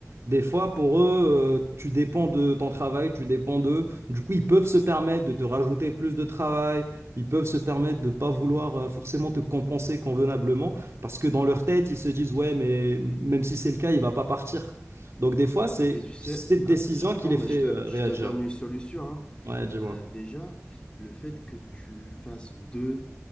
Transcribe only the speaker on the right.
Des fois, pour eux, euh, tu dépends de ton travail, tu dépends d'eux. Du coup, ils peuvent se permettre de te rajouter plus de travail. Ils peuvent se permettre de pas vouloir euh, forcément te compenser convenablement parce que dans leur tête, ils se disent, ouais, mais même si c'est le cas, il va pas partir. Donc, des fois, c'est
cette
décision
qui les
fait
euh,
réagir.
Ouais, dis-moi.